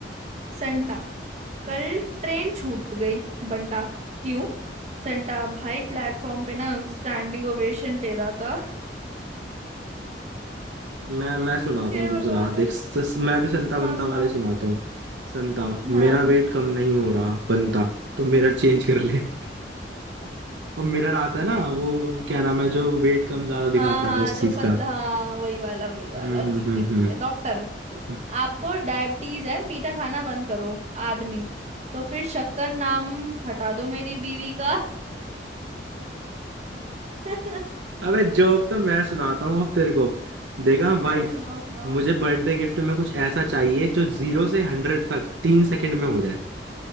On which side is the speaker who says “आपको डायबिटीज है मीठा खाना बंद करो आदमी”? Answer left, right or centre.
Right